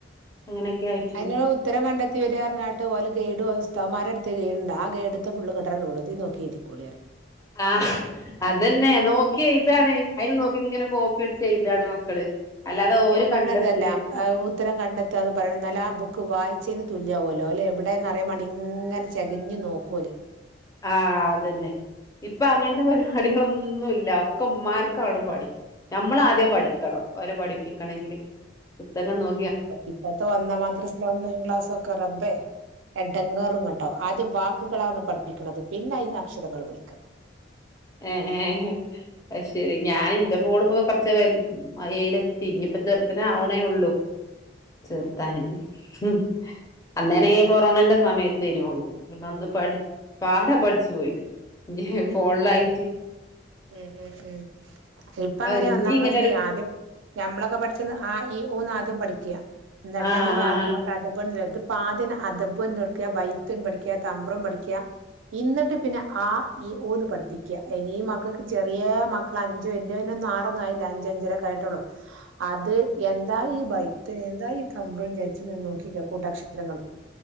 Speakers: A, on the left; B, on the right.
A: അങ്ങനെയൊക്കെ ആയിട്ട്
B: അയ്നുള്ള ഉത്തരം കണ്ടെ ത്തി വരാർനാണ്ട് ഓല് ഗൈഡ് ഉസ്ഥമാരെട്ത്ത് ഗെയ്ഡ് ഇണ്ട് ആ ഗൈഡ് ത്തെ ഫുള്ള് ഇങ്ങട്ടങ്ങ് വിടും ഇതീ നോക്കി എയുതിക്കോളി പറിം
A: ആഹ് അതന്നെ നോക്കി എഴ്താണ് അയ്ല് നോക്കി ഇങ്ങനെ കോപ്പിഅട്ച്ച് എഴ്താണ് മക്കള് അല്ലാതെ ഓര്
B: ഞാൻ പറയണതല്ല
A: കണ്ടത്തെ
B: ഉത്തരം കണ്ടെത്തന്ന് പറിയണം ഇന്നാ ല് ആ ബുക്ക് വായിച്ചേന് തുല്യാവോല്ലോ ല്ലേ എവിടെയന്ന്റിയാ മാണ്ടി ഇങ്ങനെ ചെകഞ്ഞ് നോക്കോല്
A: ആഹ് അതന്നെ ഇപ്പ അങ്ങൻത്തെ പരിപാടികളൊന്നുംല്ല ഒക്കെ ഉമ്മാർക്കാണ് പണി നമ്മള് ആദ്യം പഠിക്കണം അവരെ പഠിപ്പിക്കണമെങ്കില് പുസ്തകം നോ
B: ഇപ്പത്തെ ഒന്നാം മദ്രസില് ഒന്നാ ക്ലാസ് ഒക്കെ റബേ എടങ്ങേറ്ങ്ങട്ട് ആവുംആദ്യം വാക്കുകളാണ് പഠിപ്പിക്കണുന്നത് പിന്നെ അതിന്ന് അക്ഷരങ്ങൾ പഠിക്ക
A: ഏഹ് ഏഹ് അത് ശെരി ഞാനിന്റെ മോള് പോ കൊറച്ച് വ ഏയിലെത്തി ഇനിയിപ്പ ചെർദിനെ ആവണേ ഉള്ളു ചേർത്താന് ഉം അന്നേന കൊറോണന്റെ സമയത്ത് ഏനു <unintelligible> പാടാ പഠിച്ചു പോയിന് ഇനി ഫോണ്ലായി
B: ഉ ഉം ഉ ഇപ്പ
A: അത്
B: അങ്ങനെ
A: ഇനി
B: ഒന്നാം
A: ഇങ്ങനെ
B: ക്ലാസ്
A: ഒരു
B: ആ ദ്യം ഞമ്മളൊക്കെ പഠിച്ച ആ ഈ ഊന്ന് ആദ്യം പഠിക്ക എന്നിട്ടാണ്
A: ആഹ്
B: വാക്കക്കതപ്പ
A: ആഹ്
B: <unintelligible> ആദ്യന്നെ അദബന്ന്ടുക്ക ബൈത്തുൻ പഠിക്ക തമ്പ്രുൻ പഠിക്ക ഇന്നിട്ട് പ പിന്നെ ആ ഈ ഊന്ന് പഠിപ്പിക്കുക ഇനി ഈ മക്കൾക്ക് ചെറിയ മക്കൾ അഞ്ചോ എന്റെ നൊന്നും പി ആറൊന്നും ആയില്ല അഞ്ച് അഞ്ചരൊക്കെ ആയിട്ടോള്ളൂ അത് എന്താ ഈ ബൈത്ത് എന്താ ഈ തമ്പ്രുൻ ചോയിച്ച് ഇങ്ങനെ നോക്കി നിക്ക കൂട്ടാക്ഷരങ്ങള്